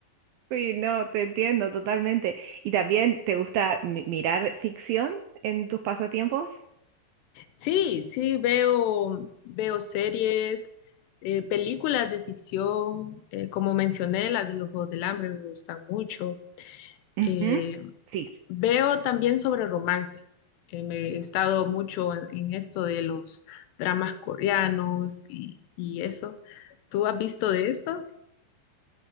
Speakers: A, on the right (about 75°); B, on the left (about 75°).
A: sí, no, te entiendo totalmente. ¿Y también te gusta mi- mirar ficción en tus pasatiempos?
B: Sí, sí, veo, veo series, eh, películas de ficción, eh, como mencioné, las de los Juegos del Hambre me gustan mucho.
A: Ujú,
B: Eh,
A: Sí.
B: veo también sobre romance. Eh, me he estado mucho en, en esto de los dramas coreanos y, y eso. ¿Tú has visto de esto?